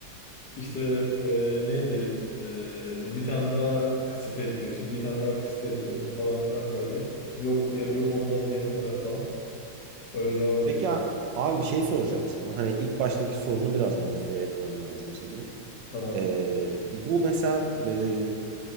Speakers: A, on the left; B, on the right.
A: İşte e, neydi E, bir tane daha kısıt ekliyorsun bir tane daha kısıt ekliyorsun falan filan böyle yok diye yok olmaz diyene kadar falan böyle devam ediyor.
B: Peki a- abi bir şey soracağım sana. Hani ilk baştaki sorunu biraz modifiye etmem lazım senin.
A: Tamam
B: Ee, bu mesela e,